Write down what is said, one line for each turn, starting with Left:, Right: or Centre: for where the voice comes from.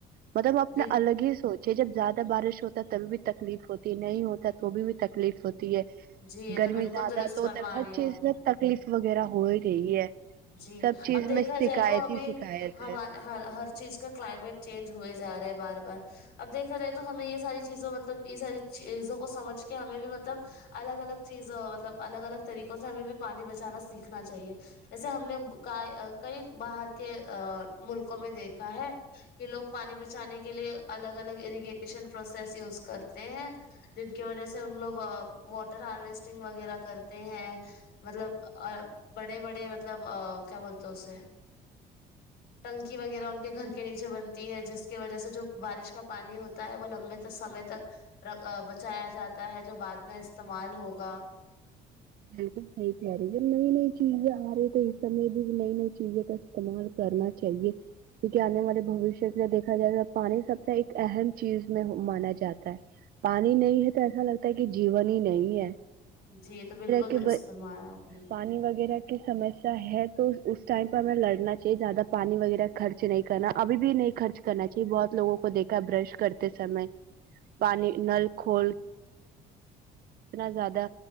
Right: مطلب اپنا
Left: دیکھ-
Right: الگ ہی سوچے جب زیادہ بارش ہوتا ہے تبھی بھی تکلیف ہوتی ہے نہیں ہوتا تو بھی تکلیف ہوتی ہے
Left: جی یہ
Right: گرمی
Left: تو بالکل
Right: زیادہ
Left: درست
Right: تو
Left: فرما
Right: ت ہر
Left: رہی ہیں
Right: چیز
Left: آپ
Right: میں تکلیف وغیرہ ہو ہی رہی ہے
Left: جی
Right: سب چیز
Left: اب دیکھا
Right: میں شکایت
Left: جائے تو ابھی
Right: ہی شکایت
Left: ہمار
Right: ہے
Left: ہر ہر چیز کا کلائمیٹ چینج ہوئے جا رہا ہے بار بار اب دیکھا جائے تو ہمیں یہ ساری چیزوں مطلب یہ ساری چیزوں کو سمجھ کے ہمیں بھی مطلب الگ الگ چیز مطلب الگ الگ طریقوں سے ہمیں بھی پانی بچانا سیکھنا چاہیے جیسے ہم نے کئی باہر کے ملکوں میں دیکھا ہے کہ لوگ پانی بچانے کے لیے الگ الگ اریگیشن پروسیس یوز کرتے ہیں جن کی وجہ سے ان لوگ واٹر ہارویسٹنگ وغیرہ کرتے ہیں مطلب بڑے بڑے مطلب کیا بولتے اسے
Right: <unintelligible>
Left: نکی وغیرہ ان کے گھر کے نیچے بنتی ہے جس کی وجہ سے جو بارش کا پانی ہوتا ہے وہ لمبے سمے تک بچایا جاتا ہے جو بعد میں استعمال ہوگا
Right: بالکل صحیح کہہ رہی ہے جب نئی نئی چیزیں آ رہی تو اس سمے بھی نئی نئی چیزیں کا استعمال کرنا چاہیے کیونکہ آنے والے بوشیہ سے دیکھا جائے تو پانی سب سے ایک اہم چیز میں مانا جاتا ہے پانی نہیں ہے تو ایسا لگتا ہے کہ جین ہی نہیں ہے
Left: جی یہ تو بالکل
Right: کہ
Left: درست فرمایا آپ نے
Right: پانی وغیرہ سمسیا ہے تو اس ٹائم پہ ہمیں لڑنا چاہیے زیادہ پانی وغیرہ خرچ نہیں کرنا ابھی بھی نہیں خرچ کرنا چاہیے بہت لوگوں کو دیکھا برش کرتے سمے پانی نل کھول اتنا زیادہ